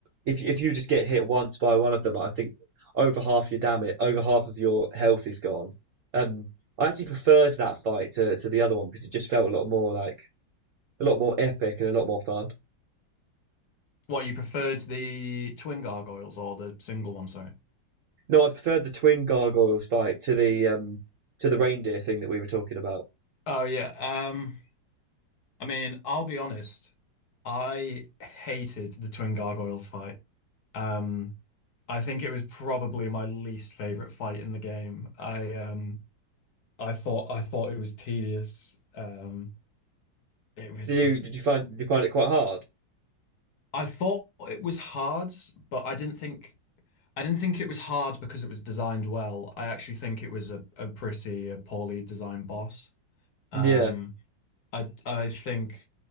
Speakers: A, on the right; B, on the left.
A: if if you just get hit once by one of them, I think over half your damage, over half of your health is gone. Um, I actually preferred that fight to to the other one because it just felt a lot more like a lot more epic and a lot more fun.
B: What, you preferred the twin gargoyles or the single one, sorry?
A: No, I preferred the twin gargoyles fight to the um to the reindeer thing that we were talking about.
B: Oh yeah. Um I mean, I'll be honest. I hated the Twin Gargoyles fight. Um, I think it was probably my least favorite fight in the game. I um, I thought I thought it was tedious. Um, it was
A: Did
B: just
A: you did you find did you find it quite hard?
B: I thought it was hard, but I didn't think I didn't think it was hard because it was designed well. I actually think it was a, a pretty a poorly designed boss. Um,
A: Yeah.
B: I I think